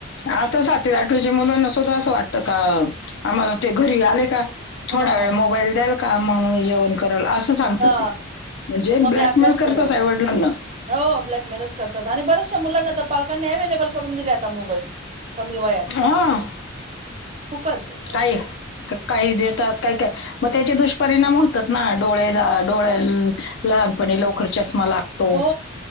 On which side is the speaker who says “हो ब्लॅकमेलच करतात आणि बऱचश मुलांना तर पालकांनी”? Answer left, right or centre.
Right